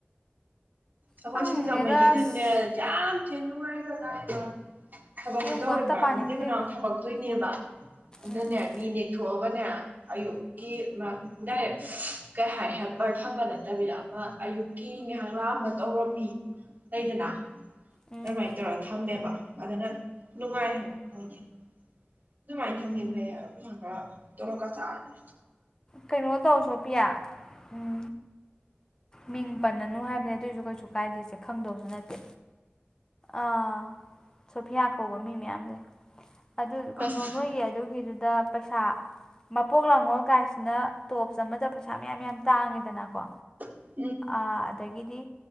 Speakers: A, on the right (about 45°); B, on the left (about 20°).
A: ꯑꯩꯈꯣꯏ
B: ꯈꯪꯗꯦꯗ
A: ꯁꯤꯡꯖꯃꯩꯒꯤꯗꯨꯅꯦ
B: ꯑꯁ
A: ꯌꯥꯝ ꯊꯤꯅ ꯅꯨꯡꯉꯥꯏꯈ꯭ꯔꯖꯥ ꯏꯗ ꯊꯕꯛꯇꯨ
B: ꯌꯨꯝꯒ
A: ꯇꯧꯕ
B: ꯑꯝꯇ ꯄꯥꯅꯤꯡꯗꯦ
A: ꯃꯇꯦꯛ ꯃꯅꯥꯎ ꯊꯕꯛꯇꯣꯏꯅꯦꯕ ꯑꯗꯨꯅꯅꯦ
B: ꯎꯝ
A: ꯃꯤꯅꯦ ꯊꯕꯅꯦ ꯑꯌꯣꯀꯤ ꯏꯦ ꯀꯩ ꯍꯥꯏ ꯍꯦꯜꯄꯔ ꯊꯝꯕ ꯅꯠꯇꯕꯤꯗ ꯑꯃ ꯑꯌꯨꯛꯀꯤ ꯉꯍꯂꯥꯛ ꯑꯃ ꯇꯧꯔꯝꯃꯤ ꯂꯩꯩꯗꯅ
B: ꯎꯝ
A: ꯑꯗꯨꯃꯥꯏꯅ ꯇꯧꯔꯒ ꯊꯝꯃꯦꯕ ꯑꯗꯨꯅ ꯅꯨꯡꯉꯥꯏ ꯍꯥꯏꯕ ꯃꯣꯏꯒꯤ ꯑꯗꯨꯃꯥꯏꯅ ꯊꯪꯒꯦꯕ ꯍꯩꯪ ꯈꯔ ꯇꯧꯂꯛꯀ ꯆꯥꯔꯅꯤ
B: ꯀꯩꯅꯣ ꯇꯧ ꯁꯣ ꯄꯌꯥ ꯎꯝ ꯃꯤꯡ ꯄꯟꯅꯅꯨ ꯍꯥꯏꯕꯅꯦ ꯑꯗꯨꯑꯣꯏꯁꯨ ꯀꯩꯁꯨ ꯀꯥꯏꯗꯦꯁꯦ ꯈꯪꯗꯧꯁꯨ ꯅꯠꯇꯦ ꯑꯥ ꯁꯣꯐꯤꯌꯥ ꯀꯧꯕ ꯃꯤ ꯃꯌꯥꯝ ꯂꯩ ꯑꯗꯨ ꯀꯩꯅꯣ
A: ꯑꯁ
B: ꯅꯣꯏꯒꯤ ꯑꯗꯨꯒꯤꯗꯨꯗ ꯄꯩꯁꯥ ꯃꯄꯣꯛ ꯂꯥꯡꯒꯣꯜ ꯀꯥꯏꯁꯤꯅ ꯇꯣꯞꯁ ꯑꯃꯗ ꯄꯩꯁꯥ ꯃꯌꯥꯝ ꯌꯥꯝ ꯇꯥꯡꯉꯤꯗꯅꯀꯣ
A: <inaudible> <inaudible>
B: ꯑ ꯑꯗꯒꯤꯗꯤ